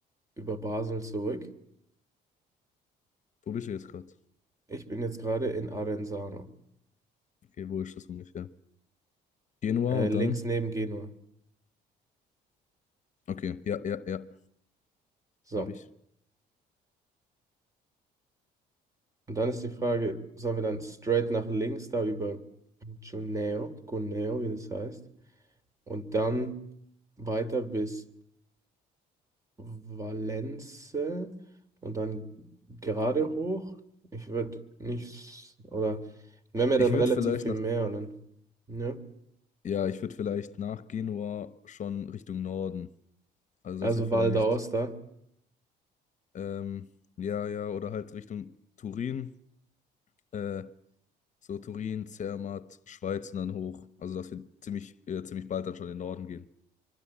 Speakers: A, on the right (about 20°); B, on the left (about 45°).
A: über Basel zurück.
B: Wo bist du jetzt gerade?
A: Ich bin jetzt gerade in Arenzano,
B: Okay, wo ist das ungefähr? Genua
A: äh,
B: und
A: links
B: dann?
A: neben Genua.
B: Okay, ja, ja, ja,
A: So,
B: habe ich.
A: und dann ist die Frage, sollen wir dann straight nach links da über Cuneo, Cuneo, wie das heißt, und dann weiter bis Valence und dann gerade hoch? Ich würde nicht, oder wir haben ja
B: Ich
A: dann
B: würde
A: relativ
B: vielleicht
A: viel
B: nach,
A: mehr und dann, ne?
B: ja, ich würde vielleicht nach Genua schon Richtung Norden. Also,
A: also
B: dass wir vielleicht,
A: Val d'Aosta.
B: ähm, ja, ja, oder halt Richtung Turin, äh, so Turin, Zermatt, Schweiz und dann hoch. Also, dass wir ziemlich, äh, ziemlich bald dann schon in den Norden gehen. In